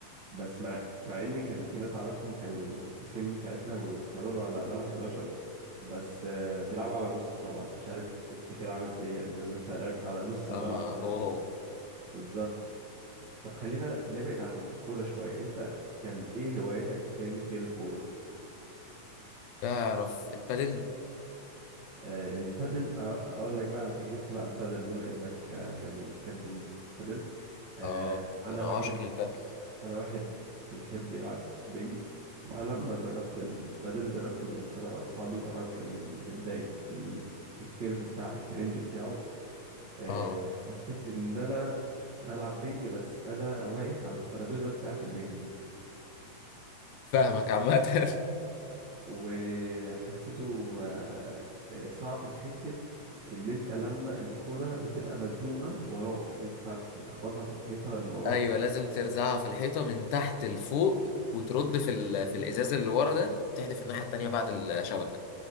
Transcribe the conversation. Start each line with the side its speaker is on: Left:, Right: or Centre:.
Right: بس مع مع ان كان في ناس اعرفهم كانوا في سني ساعتها وبيتمرنوا على ملعب 11 بس آه، بيلعبوا على نصه طبعا مش عارف انت كده عملت ايه يعني لما انت لعبت على نص الملعب
Left: اه ما هو
Right: ال11
Left: هو
Right: بالظبط طب خلينا نبعد عن الكوره شويه انت كان ايه هواياتك تاني غير الكوره
Left: تعرف البادل
Right: آه، البادل أ- اقول لك بقى على تجربتي مع البادل بما انك آه، يعني بتحب البادل آه،
Left: اه
Right: انا
Left: انا
Right: واحد
Left: عاشق للبادل
Right: انا واحد بيحب يلعب بينج فلما جربت البادل جربته من سنة مع اصحابي طبعا كان في بداية ال- الكيرف بتاع الترند بتاعه آه،
Left: اه
Right: حسيت ان انا بلعب بينج بس انا واقف على الترابيزة بتاعة البينج
Left: فاهمك عامة <laughs>
Right: وحسيته آه، آه، صعب في حتة ان انت لما الكرة بتبقى مزنوقة وراك ان انت ساعات بتخبطها في الحيطة اللي وراك
Left: ايوه لازم ترزعها في الحيطة من تحت لفوق وترد في ال... في الازاز اللي ورا ده وتحدف الناحية التانية بعد الشبكة